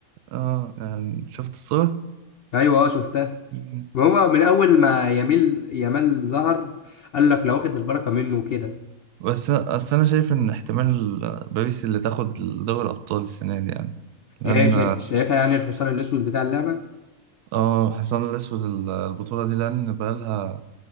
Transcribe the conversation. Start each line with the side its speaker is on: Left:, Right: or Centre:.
Right: اه يعني شفت الصوره
Left: ايوه اه شفتها
Right: مم.
Left: وهو من اول ما يميل يمال ظهر قال لك لو واخد البركه منه وكده
Right: بس بس انا شايف ان احتمال باريس اللي تاخد دوري الابطال السنه دي يعني لان
Left: ايه شا... شايفها يعني الحصان الاسود بتاع اللعبه
Right: اه حصان الاسود البطوله دي لان بقالها